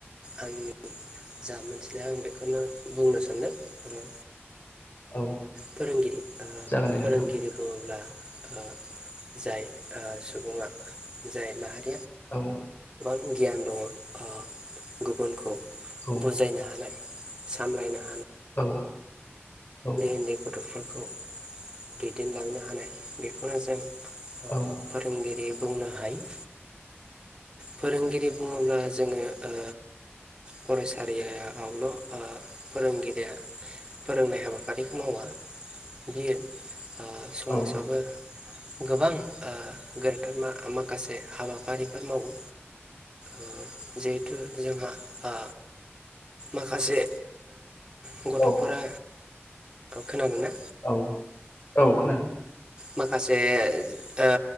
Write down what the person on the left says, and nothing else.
औ
जागोन दे
नोंथां
औ
औ
औ औ
औ
औ
औ
औ औ खोनादों।